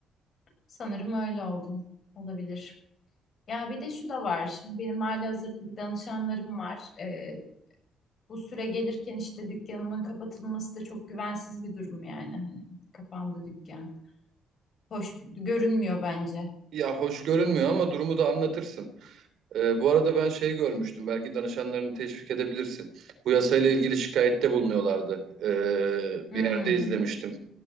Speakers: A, on the left; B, on the right.
A: Sanırım öyle oldu. Olabilir. Ya bir de şu da var. Şimdi benim halihazırda bir danışanlarım var. Ee, bu süre gelirken işte dükkanımın kapatılması da çok güvensiz bir durum yani. Hani kapandı dükkan. Hoş görünmüyor bence.
B: Ya hoş görünmüyor ama durumu da anlatırsın. Ee, bu arada ben şey görmüştüm. Belki danışanlarını teşvik edebilirsin. Bu yasayla ilgili şikayette bulunuyorlardı. Ee,
A: Hmm,
B: bir yerde izlemiştim.